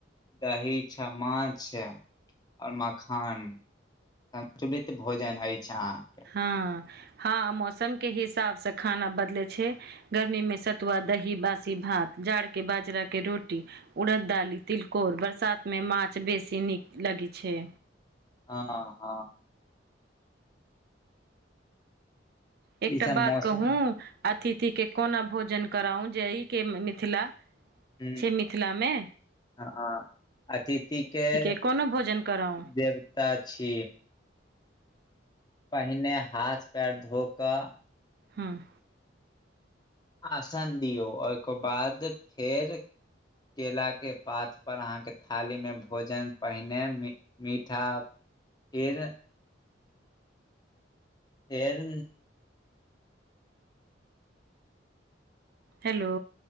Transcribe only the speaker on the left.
दही छ माछ आओर मखान सन्तुलित भोजन अछि अहाँ
हँ हँ
ई सब
मौसम
ह
हँ ह अतिथिक के
देवता छी पहिने हाथ पैर धो कऽ
आसन दियौ ओहिके बाद फेर केला के पात पर अहाँ के थाली में भोजन पहिने मीठा फेर फेर